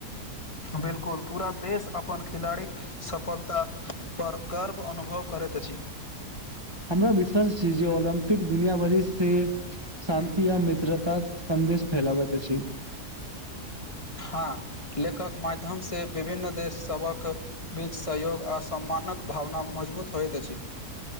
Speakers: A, on the left; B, on the right.
A: बिलकुल पूरा देश अपन खिलाड़ीक सफलता पर गर्व अनुभव करैत अछि
B: हमरा विश्वास छै जे ओलम्पिक दुनिया भरि से शान्ति आ मित्रताक सन्देश फैलावत अछि
A: हँ लेखक माध्यम से विभिन्न देश सभक बीच सहयोग आ सम्मानक भावना मजबूत होइत अछि